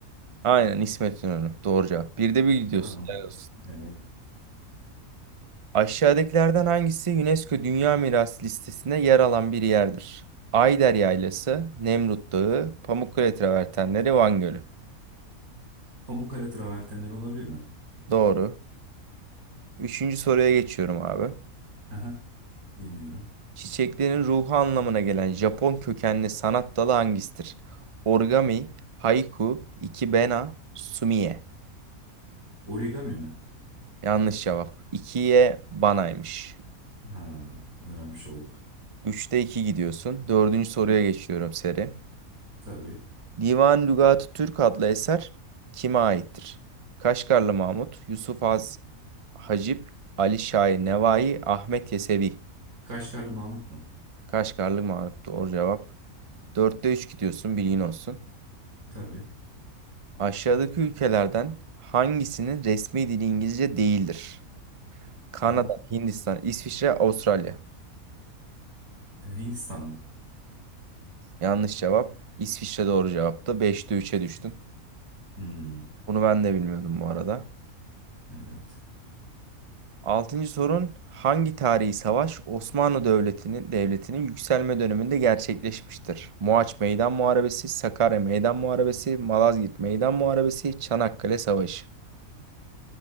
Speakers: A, on the right; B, on the right.
A: Aynen İsmet İnönü. Doğru cevap. Bir de bir gidiyorsun.
B: Tamam.
A: Helal olsun.
B: Evet.
A: Aşağıdakilerden hangisi UNESCO Dünya Mirası listesinde yer alan bir yerdir? Ayder Yaylası, Nemrut Dağı, Pamukkale Travertenleri, Van Gölü.
B: Pamukkale travertenleri olabilir mi?
A: Doğru. Üçüncü soruya geçiyorum abi.
B: Aha, dinliyorum.
A: Çiçeklerin ruhu anlamına gelen Japon kökenli sanat dalı hangisidir? Origami, haiku, ikebana, sumiye.
B: Origami mi?
A: Yanlış cevap. İkiye banaymış.
B: Ha, öğrenmiş olduk.
A: Üçte 2 gidiyorsun. Dördüncü soruya geçiyorum seri.
B: Tabii.
A: Divan Lügat-ı Türk adlı eser kime aittir? Kaşgarlı Mahmut, Yusuf Az Hacip, Ali Şair Nevai, Ahmet Yesevi.
B: Kaşgarlı Mahmut mu?
A: Kaşgarlı Mahmut doğru cevap. Dörtte 3 gidiyorsun bilgin olsun.
B: Tabii.
A: Aşağıdaki ülkelerden hangisinin resmi dili İngilizce değildir? Kanada,
B: Aha.
A: Hindistan, İsviçre, Avustralya.
B: Ee, Hindistan mı?
A: Yanlış cevap. İsviçre doğru cevaptı. 5'te 3'e düştün.
B: Hmm,
A: Bunu ben de bilmiyordum bu arada.
B: evet.
A: Altıncı sorun. Hangi tarihi savaş Osmanlı Devleti'nin devletinin yükselme döneminde gerçekleşmiştir? Mohaç Meydan Muharebesi, Sakarya Meydan Muharebesi, Malazgirt Meydan Muharebesi, Çanakkale Savaşı.